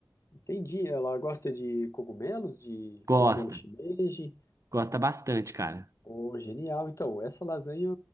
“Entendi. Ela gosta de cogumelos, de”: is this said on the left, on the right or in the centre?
Left